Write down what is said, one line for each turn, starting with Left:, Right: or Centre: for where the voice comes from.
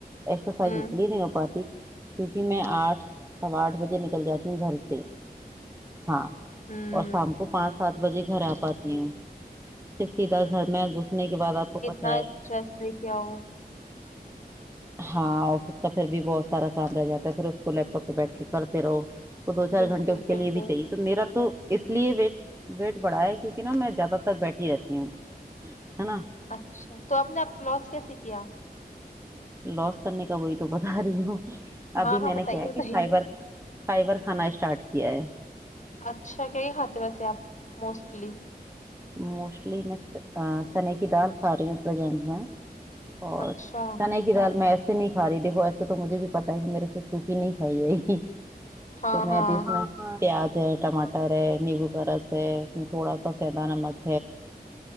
Right: اسرسائز
Left: ہوں
Right: اس لیے نہیں ہو پاتی کیونکہ میں آٹھ سوا آٹھ بجے نکل جاتی ہوں گھر سے ہاں
Left: ہوں
Right: اور شامپو پانچ سات بجے گھر آ پ جی ھر سیدھا گھر میں گھسنے کے بعد آپ پتہ
Left: نہ
Right: ہے
Left: چس ل کیاؤ
Right: ہاں آفس کا پھر بھی بہت سارا کام رہ جاتا ہے پھر اس کو لیپ ٹاپ پہ بیٹھ کے کرتے رہو تو دو چار
Left: بالکل
Right: گھنٹے اس کے
Left: بالکل
Right: لیے بھی چاہیے تو میرا تو اس لیے ویٹ ویٹ بڑا ہے کیونکہ نا میں زیادہ تر بیٹھی ہی رہتی ہوں ہے نا
Left: اچھا تو آپ نےپ لوس کیسے کیا
Right: لوس کرنے کا وہی تو بتا رہی ہوں
Left: ہاں
Right: ابھی
Left: ہاں
Right: میں نے
Left: بتائیے
Right: کیا ہے
Left: بتائیے
Right: کہ فائبر فائبر کھانا اسٹارٹ کیا ہے
Left: اچھا کیا کیا کھاتے ویسے آپ موسٹلی
Right: موسٹلی میں چنے کی دال کھا رہی ہوںزینٹ میں اور
Left: اچھا
Right: چنے کی دال میں ایسے نہیں ساری دیکو ایسے تو مجھے بھی پتا ہے کہ میرے سے سوکھی نہیں کھائی جائے گی
Left: ہاں
Right: تو میں
Left: ہاں
Right: ابھی اس میں پیاز ج ٹماٹر نبو کر رس اس تھوڑا سا س ن مک